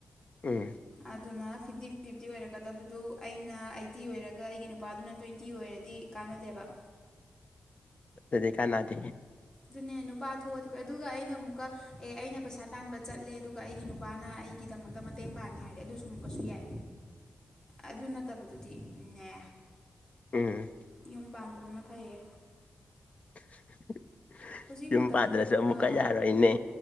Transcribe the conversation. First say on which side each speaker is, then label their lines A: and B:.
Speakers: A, on the left; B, on the left.
A: ꯎꯝ
B: ꯑꯗꯨꯅ ꯐꯤꯞꯇꯤ ꯐꯤꯞꯇꯤ ꯑꯣꯏꯔꯛꯀꯗꯕꯗꯨ ꯑꯩꯅ ꯑꯩꯠꯇꯤ ꯑꯣꯏꯔꯒ ꯑꯩꯒꯤ ꯅꯨꯄꯥꯗꯨꯅ ꯇ꯭ꯋꯦꯟꯇꯤ ꯑꯣꯏꯔꯗꯤ ꯀꯥꯟꯅꯗꯦꯕ
A: ꯑꯗꯨꯗꯤ ꯀꯥꯟꯅꯥꯗꯦ
B: ꯑꯗꯨꯅꯦ ꯅꯨꯄꯥ ꯊꯣꯛꯑꯗꯤ ꯑꯗꯨꯒ ꯑꯩꯅ ꯑꯃꯨꯛꯀ ꯑꯦ ꯑꯩꯅ ꯄꯩꯁꯥ ꯇꯥꯟꯕ ꯆꯠꯂꯦ ꯑꯗꯨꯒ ꯑꯩꯒꯤ ꯅꯨꯄꯥꯅ ꯑꯩꯒꯤꯗꯃꯛꯇ ꯈꯛꯇ ꯃꯇꯦꯡ ꯄꯥꯡꯉꯦ ꯍꯥꯏꯔꯗꯤ ꯑꯗꯨꯁꯨ ꯑꯃꯨꯛꯀꯁꯨ ꯌꯥꯏ ꯑꯗꯨ ꯅꯠꯇꯕꯗꯨꯗꯤꯅꯦ
A: ꯎꯝ
B: ꯌꯨꯝ ꯄꯥꯟꯗꯕꯅ ꯐꯩꯌꯦ
A: <unintelligible>
B: ꯍꯧꯖꯤꯛ
A: ꯌꯨꯝ
B: ꯃꯇꯝꯗ
A: ꯄꯥꯟꯗ꯭ꯔꯁꯨ
B: ꯅꯨꯄꯥ
A: ꯑꯃꯨꯛꯀ ꯌꯥꯔꯣꯏꯅꯦ